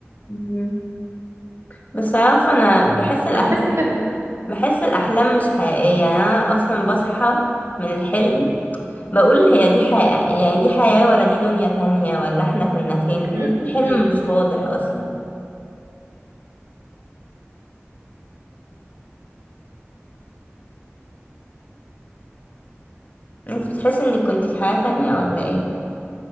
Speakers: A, on the left; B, on the right.
A: مم. بس عارفة أنا بحس الأحلام
B: انا بحس كده
A: بحس الأحلام مش حقيقية يعني أنا أصلا بصحى من الحلم بقول هي دي حقيقة يعني دي حياة ولا دي دنيا تانية ولا احنا كنا فين بحس
B: م-
A: الحلم
B: م.
A: مش واضح أصلا انت بتحس انك كنت في حياة تانية ولا ايه؟